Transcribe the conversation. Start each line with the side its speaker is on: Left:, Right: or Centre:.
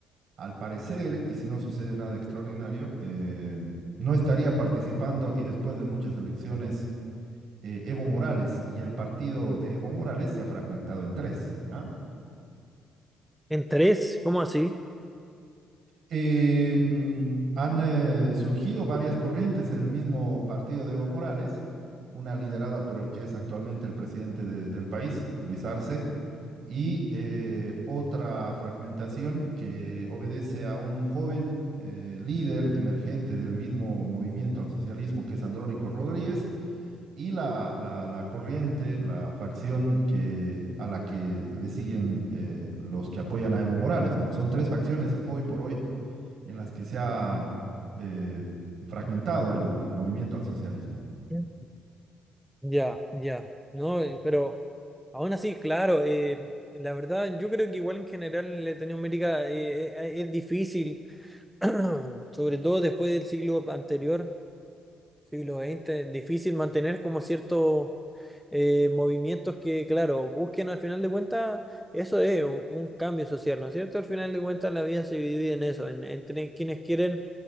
Right: Al parecer, y si no sucede nada extraordinario, eh, no estaría participando y después de muchas elecciones eh, Evo Morales y el partido de Evo Morales se ha fragmentado en tres, ¿ah?
Centre: en tres, ¿cómo así?
Right: Eh, mm, han eh, surgido varias corrientes en el mismo partido de Evo Morales, una liderada por el que es actualmente el presidente de- del país, Luis Arce, y eh, otra fragmentación que obedece a un joven eh, líder emergente del mismo movimiento al socialismo, que es Andrónico Rodríguez, y la, la- la corriente, la facción que, a la que le siguen eh, los que apoyan a Evo Morales, ¿no? Son tres facciones hoy por hoy en las que se ha eh, fragmentado el movimiento al socialismo.
Centre: Mm. Ya, ya. No, eh, pero aún así, claro, eh, la verdad, yo creo que igual en general Latinoamérica eh, eh, eh, es difícil, <clears throat> sobre todo después del siglo anterior, siglo veinte, difícil mantener como cierto eh, movimientos que, claro, busquen al final de cuentas, eso es un, un cambio social, ¿no es cierto? Al final de cuentas la vida se divide en eso, en, entre quienes quieren